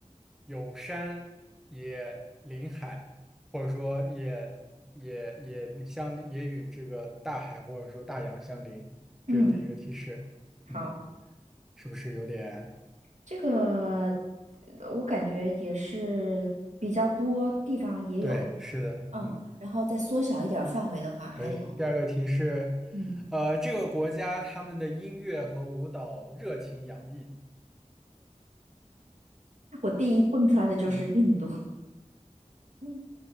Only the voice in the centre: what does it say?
有山也临海，或者说也也也相也与这个大海或者说大洋相邻，
这是第一个提示。
嗯，是不是有点？
对，是的，
嗯，
可以。第二个提示，
呃，这个国家他们的音乐和舞蹈热情洋溢。
嗯。